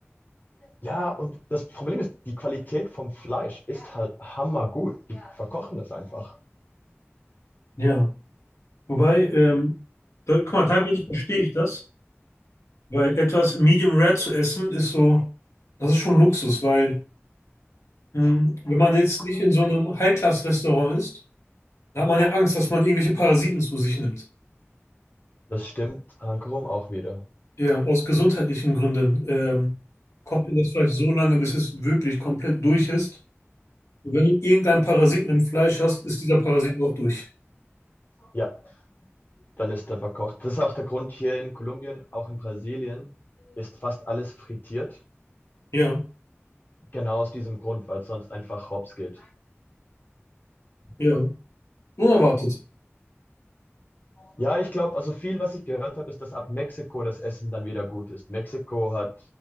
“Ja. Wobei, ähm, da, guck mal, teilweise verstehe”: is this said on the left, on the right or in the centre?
Left